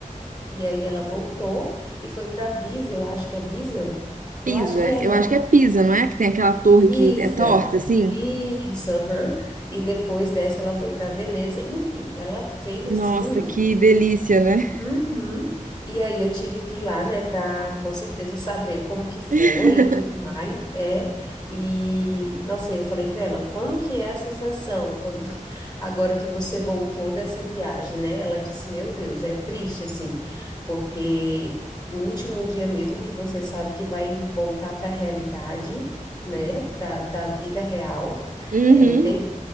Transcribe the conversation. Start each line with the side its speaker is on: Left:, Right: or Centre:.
Left: E aí ela voltou e foi para Pisa, eu acho que é Pisa?
Right: Pisa,
Left: Eu acho que é,
Right: eu
Left: né?
Right: acho que é Pisa, não é? Que tem aquela torre
Left: Isa,
Right: que é torta, assim?
Left: isso, aham. E depois dessa ela foi para Veneza. Enfim, ela fez
Right: Nossa,
Left: assim.
Right: que delícia, né?
Left: Uhum. E aí eu tive que ir lá, né, para com certeza saber como que foi
Right: <laughs>
Left: e tudo mais, é. E nossa, eu falei para ela, como que é a sensação quando <laughs> agora que você voltou dessa viagem, né? Ela disse, meu Deus, é triste assim, porque o último dia mesmo que você sabe que vai voltar para a realidade, né, da, da vida real,
Right: Uhum.
Left: é ter